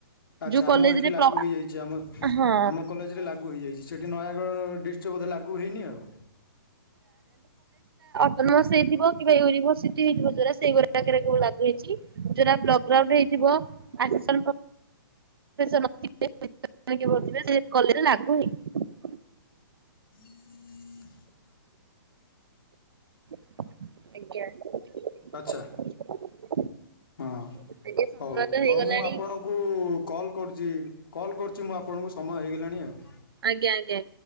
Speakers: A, on the left; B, on the right.
A: ଆଚ୍ଛା
B: ଯୋଉ କଲେଜରେ
A: ଆମ ଏଇଠି ଲାଗୁ
B: ପ୍ର
A: ହେଇଯାଇଛି ଆମ
B: ହଁ
A: ଆମ କଲେଜରେ ଲାଗୁ ହୋଇଇଯାଇଛି ସେଇଠି ନୟାଗଡ଼ ଡିଷ୍ଟ ବୋଧେ ଲାଗୁ ହୋଇଇନି ଆଉ।
B: <unintelligible> ସେଇୁଡାରେ ଲାଗୁ ହେଇଛି ଯୋଉରା ବ୍ଲଗ ଗ୍ରାଉଣ୍ଡ ହେଇଥିବ। <unintelligible> ଲାଗୁ ହେଇଚି।
A: <inaudible>
B: ଆଜ୍ଞା।
A: ଆଚ୍ଛା। ହଁ
B: ଆଜ୍ଞା ସମୟ
A: ହଉ
B: ତ
A: ହଉ
B: ହେଇଗଲାଣି
A: ମୁଁ ଆପଣଙ୍କୁ କଲ୍ କରୁଚି କଲ୍ କରୁଚି ମୁଁ ଆପଣଙ୍କୁ ସମୟ ହେଇଗଲାଣି ଆଉ।
B: ଆଜ୍ଞା ଆଜ୍ଞା।